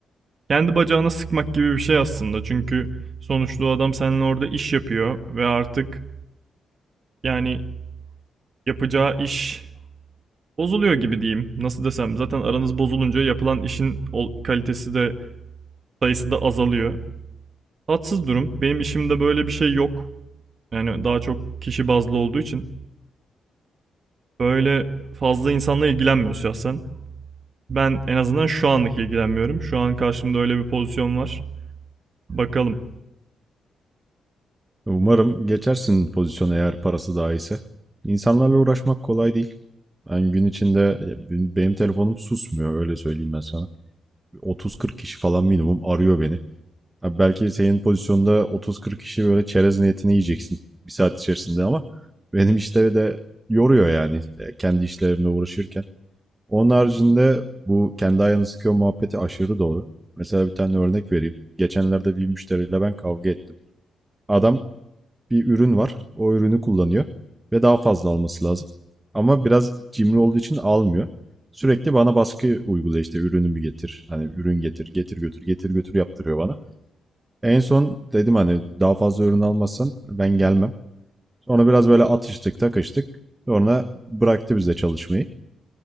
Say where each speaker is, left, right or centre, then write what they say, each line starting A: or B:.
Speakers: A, on the right (about 50°); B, on the right (about 20°).
A: kendi bacağına sıkmak gibi bir şey aslında. Çünkü sonuçta o adam seninle orada iş yapıyor ve artık yani yapacağı iş bozuluyor gibi diyeyim. Nasıl desem zaten aranız bozulunca yapılan işin ol- kalitesi de sayısı da azalıyor. Tatsız durum. Benim işimde böyle bir şey yok. Yani daha çok kişi bazlı olduğu için böyle fazla insanla ilgilenmiyor şahsen. Ben en azından şu anlık ilgilenmiyorum. Şu an karşımda öyle bir pozisyon var. Bakalım.
B: Umarım geçersin pozisyona eğer parası daha iyiyse. İnsanlarla uğraşmak kolay değil. Ben gün içinde benim telefonum susmuyor öyle söyleyeyim ben sana. 30-40 kişi falan minimum arıyor beni. Abi belki senin pozisyonda 30-40 kişi böyle çerez niyetine yiyeceksin bir saat içerisinde ama benim işte de yoruyor yani e, kendi işlerimle uğraşırken. Onun haricinde bu kendi ayağını sıkıyor muhabbeti aşırı doğru. Mesela bir tane örnek vereyim. Geçenlerde bir müşteriyle ben kavga ettim. Adam bir ürün var. O ürünü kullanıyor ve daha fazla alması lazım. Ama biraz cimri olduğu için almıyor. Sürekli bana baskı uyguluyor işte ürünümü getir. Hani ürün getir, getir götür, getir götür yaptırıyor bana. En son dedim hani daha fazla ürün almazsan ben gelmem. Sonra biraz böyle atıştık takıştık. Sonra bıraktı bize çalışmayı.